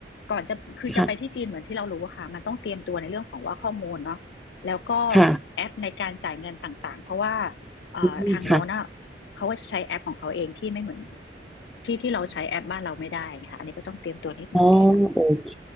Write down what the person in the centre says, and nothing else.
ค่ะค่ะ
อืมค่ะ
อ๋อโอเค